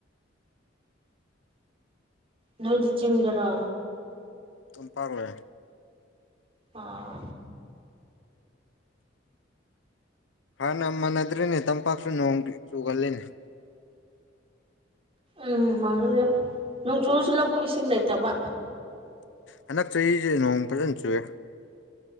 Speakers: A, on the right (about 30°); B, on the left (about 70°).
A: ꯅꯣꯏꯗꯤ ꯆꯤꯡꯗꯔꯥ
B: ꯑꯗꯨꯝ ꯄꯥꯛꯂꯣꯏꯦ
A: ꯑꯥ
B: ꯍꯥꯟꯅ ꯃꯥꯟꯅꯗ꯭ꯔꯔꯤꯅꯦ ꯇꯝꯄꯥꯛꯁꯨ ꯅꯣꯡꯒꯤ ꯆꯨꯒꯜꯂꯤꯅꯦ
A: ꯎꯝ ꯃꯥꯜꯂꯗ ꯅꯣꯡꯆꯣꯜꯁꯨ ꯂꯧꯕꯨ ꯏꯁꯤꯡ ꯂꯩꯇꯕ
B: ꯍꯟꯗꯛ ꯆꯍꯤꯁꯦ ꯅꯣꯡ ꯐꯖꯅ ꯆꯨꯏꯦ